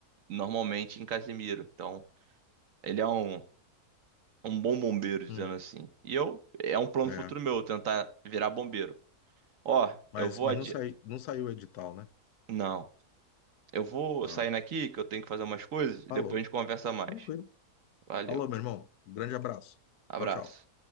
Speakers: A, on the right; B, on the left.
A: normalmente em Casimiro. Então, ele é um, um bom bombeiro, dizendo
B: Hum.
A: assim. E eu, é um plano
B: É.
A: futuro meu, tentar virar bombeiro. Ó,
B: Mas,
A: eu vou
B: mas
A: adi...
B: não sai, não saiu o edital, né?
A: Não. Eu vou
B: Ah.
A: saindo aqui que eu tenho que fazer umas coisas e
B: Falou.
A: depois a gente conversa mais.
B: Tranquilo.
A: Valeu.
B: Falou, meu irmão. Grande abraço.
A: Abraço.
B: Tchau, tchau.